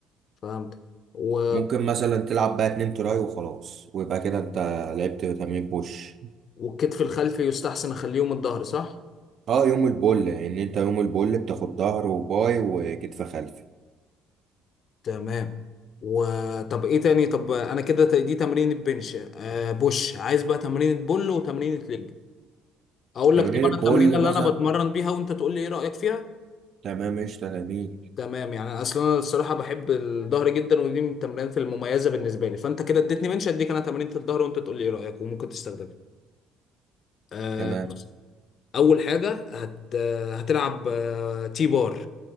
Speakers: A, on the left; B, on the right.
A: فهمت و...
B: ممكن مثلا تلعب بقى اتنين تراي وخلاص ويبقى كده انت لعبت تمرين بوش
A: والكتف الخلفي يستحسن اخليهم الظهر صح
B: اه يوم البول ان انت يوم البول بتاخد ظهر وباي وكتف خلفي
A: تمام وطب ايه تاني طب انا كده ت- دي تمرين البنش آه بوش عايز بقى تمرين بول وتمرين ليج اقول
B: تمرين
A: لك طب انا
B: البول
A: التمرين اللي
B: مثلا
A: انا بتمرن بيها وانت تقول لي ايه رايك فيها
B: تمام قشطة جميل
A: تمام يعني اصلا انا الصراحه بحب الظهر جدا ودي من التمرينات المميزه بالنسبه لي فانت كده اديتني بنش اديك انا تمرينة الظهر وانت تقول لي ايه رايك وممكن تستخدمها آه
B: تمام
A: اول حاجه هت... هتلعب آه، تي بار